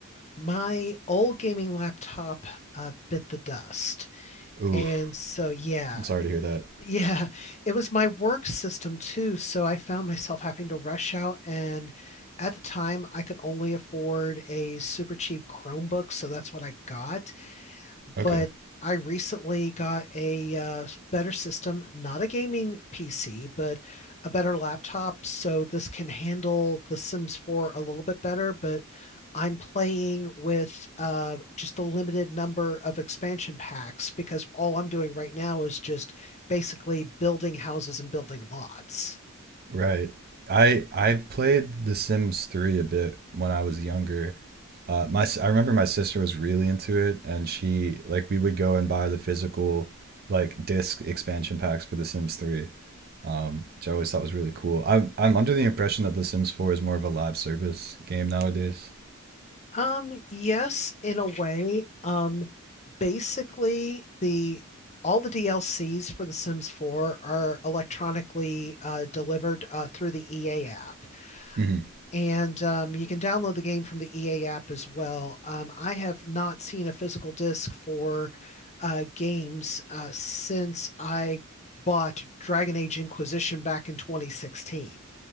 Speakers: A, on the left (about 30°); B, on the right (about 45°).
A: My old gaming laptop uh, bit the dust,
B: Ooh,
A: and so yeah,
B: I'm sorry to hear that.
A: <laughs> yeah, it was my work system too. So I found myself having to rush out and. At the time, I could only afford a super cheap Chromebook, so that's what I got.
B: Okay.
A: but I recently got a uh, better system, not a gaming PC, but a better laptop. So this can handle The Sims 4 a little bit better, but I'm playing with uh, just a limited number of expansion packs because all I'm doing right now is just basically building houses and building lots.
B: Right. I I played The Sims 3 a bit when I was younger. Uh, my s- I remember my sister was really into it, and she like we would go and buy the physical like disc expansion packs for The Sims 3, um, which I always thought was really cool. I'm I'm under the impression that The Sims 4 is more of a live service game nowadays.
A: Um, yes, in a way. Um, basically the all the DLCs for The Sims 4 are electronically uh, delivered uh, through the EA app.
B: hmm
A: And um, you can download the game from the EA app as well. Um, I have not seen a physical disc for uh, games uh, since I bought Dragon Age Inquisition back in 2016.